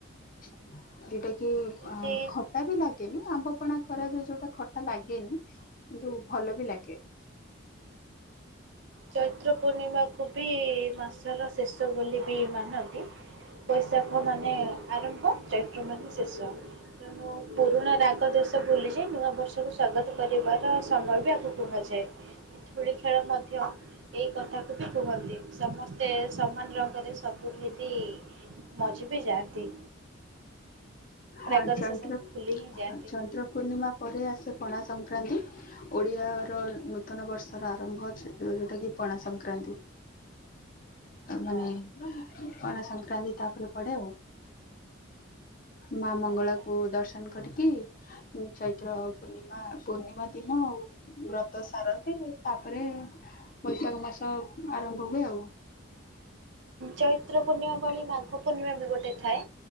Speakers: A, on the left (about 40°); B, on the right (about 60°).
A: ଯୋଉଟା କି ଅ
B: ଯଦି
A: ଖ ଖଟା ବି ଲାଗେନି ଆମ୍ବପଣା କରାଯାଏ ଯୋଉଟା ଖଟା ଲାଗେନି କିନ୍ତୁ ଭଲ ବି ଲାଗେ।
B: ଚୈତ୍ର ପୂର୍ଣ୍ଣିମାକୁ ବି ମାସର ଶେଷ ବୋଲି ବି ମାନନ୍ତି। ବୈଶାଖ ମାନେ ଆରମ୍ଭ ଚୈତ୍ର ମାନେ ସେଷ। ତେଣୁ ପୁରୁଣା ରାଗ ଦୋଷ ଭୁଲିଯାଇ ନୂଆ ବର୍ଷକୁ ସ୍ବାଗତ କରିବାର ସମୟ ବି ଆକୁ କୁହାଯାଏ। <unintelligible> ଖେଳ ମଧ୍ୟ ଏଇ କଥାକୁ ବି କୁହନ୍ତି ସମସ୍ତେ ସମାନ ରଙ୍ଗରେ ସବୁ ହେତି ମଜି ବି ଯାଆନ୍ତି।
A: ହଁ
B: ରାଗ
A: ଚନ୍ଦ୍ର
B: ରୁଷା ସବୁ
A: ହ
B: ଭୁଲି ହିଁ ଯାଆନ୍ତି।
A: ଚ ଚୁତ୍ର ପୂର୍ଣ୍ଣିମା ପରେ ଆସେ ପଣା ସଂକ୍ରାନ୍ତି। ଓଡିଆ ର ନୂତନ ବର୍ଷର ଆରମ୍ଭ ଅଛି ଯୋଉଟା କି ପଣା ସଂକ୍ରାନ୍ତି। ମାନେ
B: ହଁ
A: କଣ ସଂକ୍ରାନ୍ତି ତାପରେ ପଡେ ଆଉ। ମା ମଙ୍ଗଳାକୁ
B: ଆଚ୍ଛା।
A: ଦର୍ଶନ କରିକି ଚୈତ୍ର ପୂର୍ଣ୍ଣିମା, ପୂର୍ଣ୍ଣିମା ଦିନ ଆଉ। ବ୍ରତ ସାରନ୍ତି ଆଉ, ତାପରେ ବୈଶାଖ ମାସ ଆରମ୍ଭ ହୁଏ ଆଉ।
B: ଚୈତ୍ର ପୂର୍ଣ୍ଣିମା ଭଳି ମାଘ ପୂର୍ଣ୍ଣିମା ବି ଗୋ ଟେ ଥାଏ,